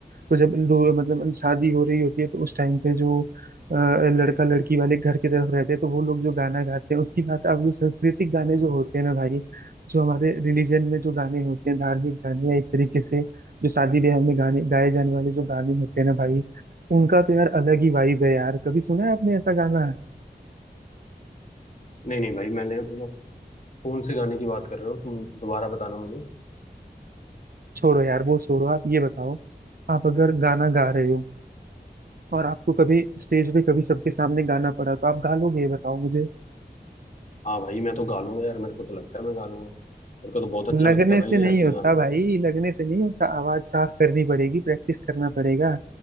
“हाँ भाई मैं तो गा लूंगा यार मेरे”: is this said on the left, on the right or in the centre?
Left